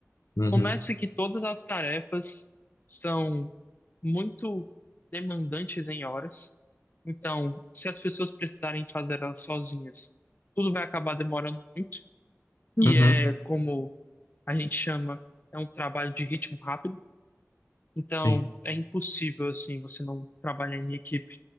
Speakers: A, on the left; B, on the left.
A: Uhum.
B: Começa que todas as tarefas são muito demandantes em horas. Então, se as pessoas precisarem fazer elas sozinhas, tudo vai acabar demorando muito.
A: Uhum.
B: E é como a gente chama, é um trabalho de ritmo rápido. Então,
A: Sim.
B: é impossível, assim, você não trabalhar em equipe.